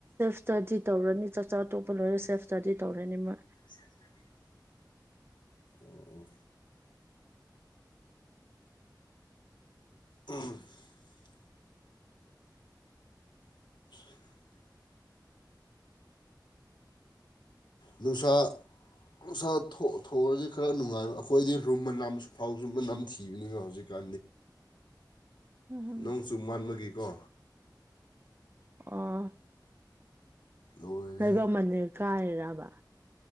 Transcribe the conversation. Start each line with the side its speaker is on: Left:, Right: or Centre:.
Right: ꯁ꯭ꯇꯗꯤ ꯇꯧꯔꯅꯤ ꯆꯥꯛꯆꯥ ꯑꯇꯣꯞꯄ ꯂꯣꯏꯅ ꯁꯦꯞ ꯁ ꯏꯁꯇꯗꯤ ꯇꯧꯔꯅꯤ ꯃꯥ
Left: <inaudible> ꯑꯣ ꯑꯣ <inaudible> <inaudible> ꯅꯨꯡꯁꯥ ꯁꯥ ꯊꯣꯛꯑꯔꯗꯤ ꯈꯔ ꯅꯨꯡꯉꯥꯏꯕ ꯑꯩꯈꯣꯏꯗꯤ ꯔꯨꯝꯕꯝ ꯐꯥꯎ ꯆꯨꯝꯕ ꯅꯝ ꯊꯤꯕꯅꯤꯒ ꯍꯧꯖꯤꯛ ꯀ
Right: ꯎꯝ
Left: ꯅꯣꯡ ꯆꯨ ꯃꯥꯟꯕꯒꯤꯀꯣ
Right: ꯑ
Left: ꯂꯣꯏꯔꯦꯍꯦ
Right: ꯍꯣꯏꯕ ꯃꯟꯅꯤꯔ ꯀꯥꯏꯔꯔꯕ